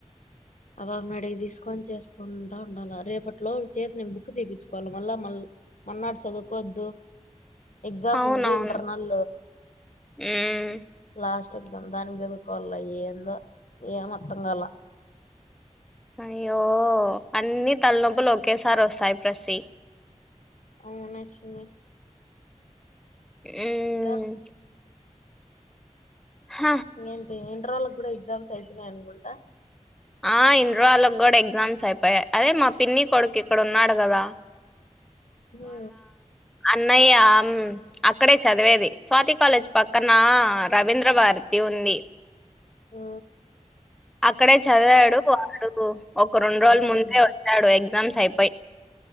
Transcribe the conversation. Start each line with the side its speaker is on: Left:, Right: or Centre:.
Left: అ పాపని అడిగి తీసుకొని చేసుకుంటా ఉండాలి రేపటి లోపల చేసి నేను బుక్ తీపించుకోవాలి మళ్ళీ మళ్ళీ మన్నాడు చదువుకోద్దు ఎక్జామ్
Centre: అవునవును
Left: ఉం ఇంటర్నల్
Centre: ఉమ్
Left: లా దానికి చదుకోవాల ఏందో ఎం అర్థం కాల
Centre: అయ్యో అన్ని తలనొప్పులు ఒకేసారి వస్తాయి ప్రసి
Left: అవున చిన్నీ
Centre: మ్మ్
Left: ఇంక
Centre: హ
Left: ఇంకేంటి ఇంటర్ ఓలకి కూడ ఎగ్జామ్స్ అయిపోన్నాయి, అనుకుంట
Centre: ఆ ఇంటర్ రోళ్ళకి కూడా ఎగ్జామ్స్ అయిపోయా, అదే మా పిన్ని కొడుకు ఇక్కడ ఉన్నాడు కద
Left: హు
Centre: అన్నయ్య అక్కడే చదివేది స్వాతి కాలేజ్ పక్కన రవీంద్ర భారతి ఉంది. ఉంది
Left: ఆ
Centre: అక్కడే చదివాడు, వాడు ఒక రెండు రోజుల
Left: అయిపోయిందా
Centre: ముందే వచ్చాడు, ఎగ్జామ్స్ అయిపోయి